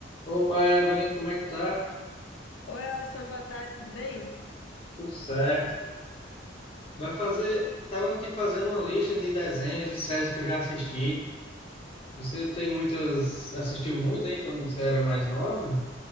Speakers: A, on the left (about 30°); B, on the left (about 70°).
A: Opa, Evelyn, como é que tá?
B: Oi, Alisson, boa tarde, tudo bem?
A: Tudo certo. Vai fazer, tava aqui fazendo uma lista de desenhos e séries que eu já assisti. Você tem muitas, assistiu muito aí quando você era mais nova?